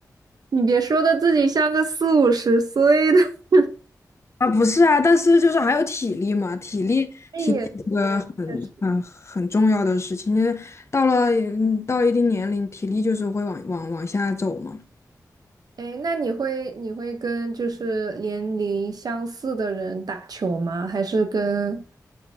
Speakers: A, on the right; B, on the left.
A: 你别说的自己像个四五十岁的。<laughs>
B: 啊，不是啊，但是就是还有体力嘛，体力体力这个很很很重要的事情，
A: 哎也对，确实。
B: 因为到了嗯到一定年龄，体力就是会往往往下走嘛。
A: 哎，那你会你会跟就是年龄相似的人打球吗？还是跟